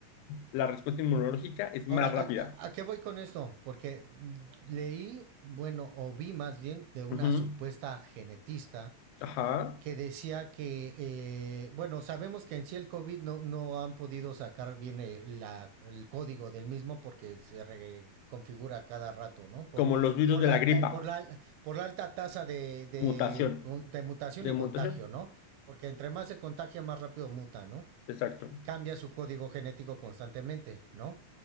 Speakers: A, on the left; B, on the right.
A: la respuesta inmunológica es más
B: Ahora,
A: rápida.
B: ¿a, ¿a, a qué voy con esto? Porque mm, leí, bueno, o vi más bien de una
A: Ujú,
B: supuesta genetista
A: Ajá.
B: que decía que, eh, bueno, sabemos que en sí el COVID no, no han podido sacar bien el, la- el código del mismo porque se reconfigura cada rato, ¿no? Por,
A: Como los virus
B: por,
A: de
B: la,
A: la gripa,
B: eh, por, la, por la alta tasa de, de,
A: mutación,
B: con- de mutación
A: de
B: y
A: mutación,
B: contagio, ¿no? Porque entre más se contagia, más rápido muta, ¿no?
A: exacto.
B: Cambia su código genético constantemente, ¿no?